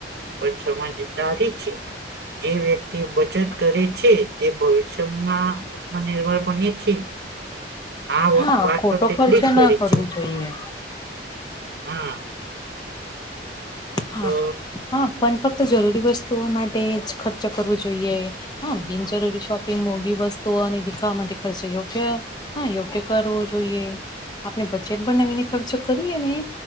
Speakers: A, on the right (about 60°); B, on the left (about 25°).
A: પણ સમજદારી છે એ વ્યક્તિ બચત, કરે છે તે ભવિષ્યમાં આત્મનિર્ભર, બંને છે આ
B: હા
A: વાત
B: ખોટો
A: તો તેટલી
B: ખર્ચો
A: જ ખરી
B: ના કરવો
A: છે.
B: જોઈએ.
A: હા, આ
B: હા
A: તો
B: હા પણ ફક્ત જરૂરી વસ્તુઓ માટે જ ખર્ચો કરવું જોઈએ, હા બિનજરૂરી શોપિંગ મોઘી વસ્તુઓ અને દેખાવા માટે ખર્ચો યોગ્ય, હા યોગ્ય કરવો જોઈએ આપણે બજેટ બનાવીને ખર્ચો કરીએ ને